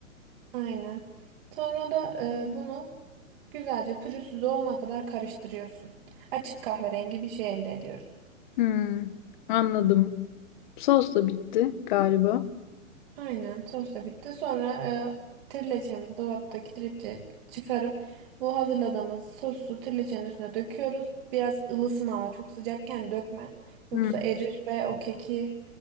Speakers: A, on the right; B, on the left.
A: Aynen. Sonra da e, bunu güzelce pürüzsüz olana kadar karıştırıyorsun. Açık kahverengi bir şey elde ediyoruz.
B: Hmm, anladım. Sos da bitti galiba.
A: Aynen sos da bitti. Sonra e, trileçemizi dolaptaki tripçe çıkarıp bu hazırladığımız sosu trileçenin üstüne döküyoruz. Biraz ılısın ama çok sıcakken dökme.
B: Hmm,
A: Yoksa erir ve o keki